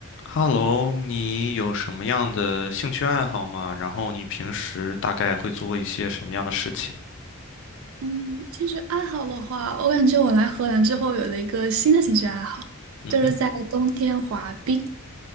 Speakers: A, on the left; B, on the right.
A: Hello，你有什么样的兴趣爱好吗？然后你平时大概会做一些什么样的事情？
B: 嗯，兴趣爱好的话，我感觉我来荷兰之后有了一个新的兴趣爱好，
A: 嗯哼，
B: 就是在冬天滑冰。